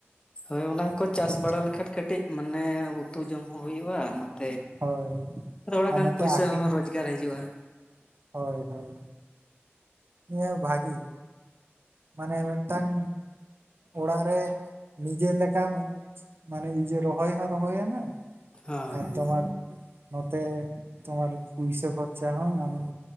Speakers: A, on the left; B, on the right.
A: ᱦᱳᱭ ᱚᱱᱟᱠᱚ
B: ᱢᱤᱫᱴᱮᱱ,
A: ᱪᱟᱥ ᱵᱟᱲᱟ ᱞᱮᱠᱷᱟᱱ ᱠᱟᱹᱴᱤᱡ ᱢᱟᱱᱮ ᱩᱛᱩ ᱡᱚᱢ ᱦᱚᱸ ᱦᱩᱭᱩᱜ-ᱟ ᱱᱚᱛᱮ
B: ᱦᱳᱭ
A: ᱛᱷᱚᱲᱟ
B: ᱟᱨ
A: ᱜᱟᱱ
B: ᱱᱚᱛᱮ
A: ᱯᱩᱭᱥᱟᱹ
B: ᱟᱠᱷᱨᱤᱧ
A: ᱦᱚᱸ ᱨᱳᱡᱽᱜᱟᱨ ᱦᱤᱡᱩᱜ-ᱟ᱾
B: ᱦᱳᱭ ᱦᱳᱭ᱾ ᱱᱤᱭᱟᱹ ᱵᱷᱟᱹᱜᱤ ᱢᱟᱱᱮ ᱢᱤᱫᱴᱟᱝ ᱚᱲᱟᱜ ᱨᱮ ᱱᱤᱡᱮᱨ ᱞᱮᱠᱟᱢ ᱢᱟᱱᱮ ᱤᱡᱟᱹ ᱨᱚᱦᱚᱭ ᱦᱚᱸ ᱨᱚᱦᱚᱭᱮᱱᱟ,
A: ᱦᱚᱸ
B: ᱟᱨ ᱛᱚᱢᱟᱨ ᱱᱚᱛᱮ ᱛᱚᱢᱟᱨ ᱯᱩᱭᱥᱟᱹ ᱠᱷᱚᱨᱪᱟ ᱦᱚᱸ ᱟᱢᱟᱜ